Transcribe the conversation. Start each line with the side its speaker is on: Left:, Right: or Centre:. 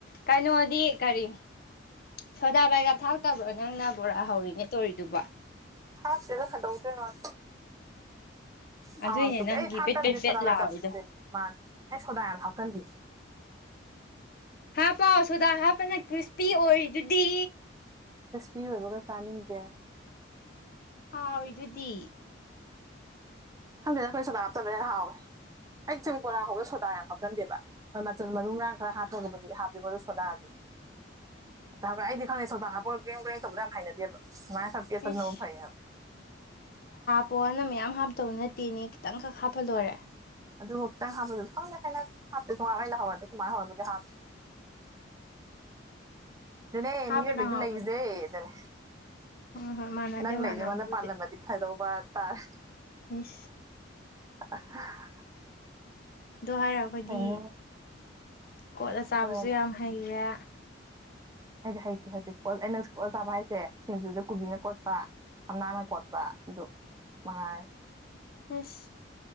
Left: ꯀꯩꯅꯣꯗꯤ ꯀꯔꯤ ꯁꯣꯗꯥ ꯕꯥꯏꯒꯞ ꯊꯥꯛꯇꯕ꯭ꯔꯣ ꯅꯪꯅ ꯕꯣꯔꯥ ꯍꯧꯔꯤꯅꯦ ꯇꯣꯔꯤꯗꯨꯕꯣ
Right: ꯊꯥꯛꯇꯦꯗ ꯀꯩꯗꯧꯗꯨꯏꯅꯣ ꯅ
Left: ꯑꯗꯨꯏꯅꯦ
Right: ꯊꯥꯎ ꯌꯥꯝ ꯆꯨꯞꯄꯦ
Left: ꯅꯪꯒꯤ
Right: ꯑꯩ ꯊꯥꯛꯀꯟꯗꯦ
Left: ꯕꯦꯠ ꯕꯦꯠ ꯕꯦꯠ
Right: ꯁꯣꯗꯥꯕꯥꯏꯒꯞ
Left: ꯂꯥꯎꯔꯤꯗꯣ
Right: ꯁꯦ ꯃꯥꯟ ꯑꯩ ꯁꯣꯗꯥ ꯌꯥꯝ ꯍꯥꯞ ꯀꯟꯗꯦ
Left: ꯍꯥꯞꯄꯣ ꯁꯣꯗꯥ ꯍꯥꯞꯄꯅ ꯀ꯭ꯔꯤꯁꯄꯤ ꯑꯣꯏꯔꯤꯗꯨꯗꯤ
Right: ꯀ꯭ꯔꯤꯁꯄꯤ ꯑꯣꯏꯕꯒ ꯆꯥꯅꯤꯡꯗꯦ
Left: ꯍꯥꯎꯔꯤꯗꯨꯗꯤ
Right: ꯈꯪꯗꯦꯗ ꯑꯩꯈꯣꯏ ꯁꯣꯗꯥ ꯍꯥꯞꯇꯕꯅ ꯍꯦꯟꯅ ꯍꯥꯎꯋꯦ ꯑꯩ ꯆꯪ ꯕꯣꯔꯥ ꯍꯥꯎꯕꯗ ꯁꯣꯗꯥ ꯌꯥꯝ ꯍꯥꯞꯀꯟꯗꯦꯕ ꯍꯣꯏ ꯃꯆꯜ ꯃꯔꯨ ꯃꯔꯥꯡ ꯈꯔ ꯍꯥꯞꯄꯒꯕꯨꯗꯤ ꯍꯥꯞꯄꯤꯀꯣ ꯑꯗꯨꯣ ꯁꯣꯗꯥꯗꯤ ꯇꯥꯕ꯭ꯔ ꯑꯩꯗꯤ ꯈꯪꯗꯦ ꯁꯣꯗꯥ ꯍꯥꯞꯄꯒ ꯒ꯭ꯔꯦꯝ ꯒ꯭ꯔꯦꯝ ꯇꯧꯕꯗꯣ ꯌꯥꯝ ꯍꯩꯅꯗꯦꯕ ꯁꯨꯃꯥꯏ ꯈꯔ ꯄꯦꯠꯄꯁꯤꯅ
Left: ꯏꯁ
Right: ꯑꯃꯨꯛ ꯐꯩ ꯍꯥꯏꯕ
Left: ꯄꯣꯅ ꯃꯌꯥꯝ ꯍꯥꯞꯇꯧ ꯅꯠꯇꯦꯅꯦ ꯈꯤꯇꯪꯈꯛ ꯍꯥꯞꯄ ꯂꯣꯏꯔꯦ
Right: ꯑꯗꯨ ꯈꯛꯇꯪ ꯍꯥꯞꯄꯗꯣ ꯈꯪꯗꯦ ꯍꯩꯅꯗꯦ ꯍꯥꯞꯇꯦ ꯁꯨꯡꯍꯥꯞ ꯑꯩꯈꯣꯏ ꯃꯥꯅ ꯍꯧꯔꯕꯨꯗꯤ ꯍꯥꯞ ꯑꯗꯨꯅꯦ
Left: ꯍꯥꯞꯄꯅ
Right: ꯃꯤꯑꯣꯏꯕꯒꯤ
Left: ꯍꯥꯎꯕꯅꯦ
Right: ꯂꯩꯖꯦ ꯑꯗꯨꯅꯦ
Left: ꯍꯣꯏ ꯍꯣꯏ ꯃꯥꯟꯅꯗꯦ
Right: ꯅꯪ ꯂꯩꯗꯣ
Left: ꯃꯥꯟꯅꯕꯕꯨꯗꯤ
Right: ꯑꯩꯉꯣꯟꯗ ꯄꯥꯜꯂꯝꯃꯗꯤ ꯐꯗꯧꯕ ꯇꯥꯔꯦ
Left: ꯏꯁ
Right: <inaudible>
Left: ꯑꯗꯨ ꯍꯥꯏꯔ ꯑꯈꯣꯏꯗꯤ
Right: ꯀꯩꯅꯣ
Left: ꯀꯣꯠꯂ ꯆꯥꯕꯁꯨ
Right: ꯀꯩꯗꯧꯔꯕ
Left: ꯌꯥꯝ ꯍꯩꯔꯦ
Right: ꯑꯩꯗꯤ ꯍꯩꯇꯦ ꯍꯩꯖꯤꯛꯄꯣ ꯑꯩꯅ ꯀꯣꯠꯂ ꯆꯥꯕ ꯍꯥꯏꯁꯦ ꯁꯤꯡꯖꯨꯗ ꯀꯨꯕꯤꯅ ꯀꯣꯠꯄ ꯊꯝꯅꯥꯅ ꯈꯣꯠꯄ ꯑꯗꯨ ꯃꯉꯥꯏꯔꯦ
Left: ꯏꯁ